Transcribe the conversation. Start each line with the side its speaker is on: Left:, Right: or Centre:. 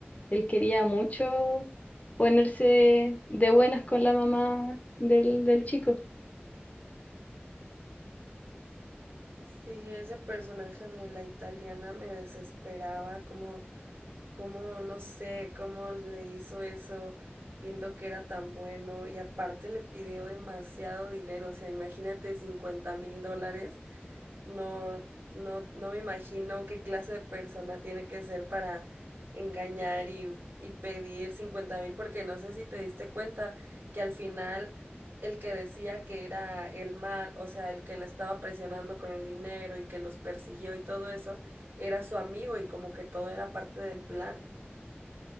Left: él quería mucho ponerse de buenas con la mamá del, del chico.
Right: Sí, ese personaje de la italiana me desesperaba, como Cómo, no sé, cómo le hizo eso, viendo que era tan bueno y aparte le pidió demasiado dinero, o sea, imagínate cincuenta mil dólares, no, no, no me imagino qué clase de persona tiene que ser para engañar y, y pedir cincuenta mil, porque no sé si te diste cuenta que al final el que decía que era el mal, o sea, el que le estaba presionando con el dinero y que los persiguió y todo eso, era su amigo y como que todo era parte del plan.